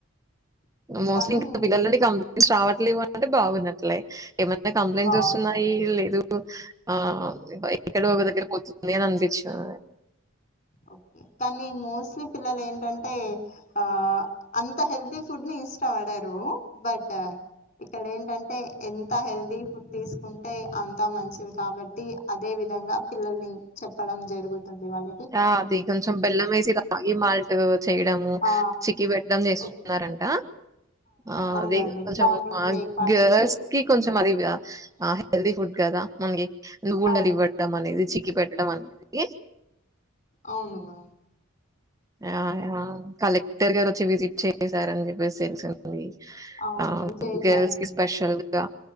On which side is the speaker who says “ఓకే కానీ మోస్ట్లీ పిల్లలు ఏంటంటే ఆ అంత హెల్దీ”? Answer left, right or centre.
Left